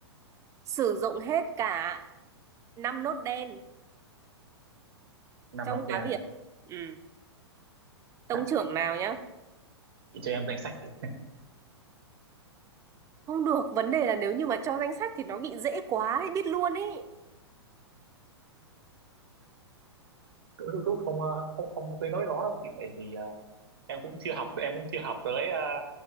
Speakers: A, on the right; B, on the right.
A: sử dụng hết cả năm nốt đen
B: năm
A: trong
B: lớp
A: cá
B: đen
A: biệt ừ. tông
B: dạ
A: trưởng nào nhá
B: chị cho em danh sách thì
A: không được vấn đề là nếu như mà cho danh sách thì nó bị dễ quá ấy, biết luôn ý
B: cũng cũng cũng không ờ, không không có tới nỗi đó đâu chị tại vì ờ, em cũng chưa học em cũng chưa học tới ờ,